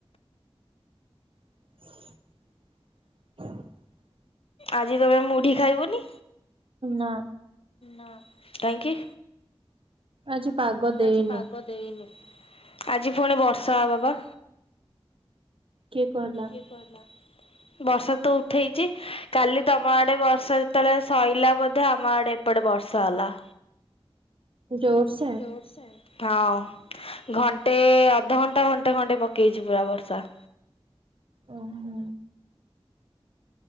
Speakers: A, on the right; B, on the left.
A: <inaudible>
B: ଆଜି ତମେ ମୁଢି ଖାଇବନି
A: ନା
B: ନାଁ କାଇଁକି?
A: ଆଜି ପାଗ ଦେଇନି
B: ଆଜି ପାଗ ଦେଇନି ଆଜି ପୁଣି ବର୍ଷା ହବପା।
A: କିଏ କହିଲା?
B: କିଏ କହିଲା? ବର୍ଷାତ ଉଠେଇଚି କାଲି ତମ ଆଡ଼େ ବର୍ଷା ଯେତେବେଳେ ସଇଁଲା ବୋଧେ ଆମ ଆଡ଼େ ଏପଟେ ବର୍ଷା ହେଲା।
A: ଜୋର୍ସ୍
B: ଜୋର୍ ସେ? ହଁ ଘଣ୍ଟେ ଅଧଘଣ୍ଟା ଘଣ୍ଟେ ଘଣ୍ଟେ ପକେଇଚି ପୁରା ବର୍ଷା।
A: ଓହୋ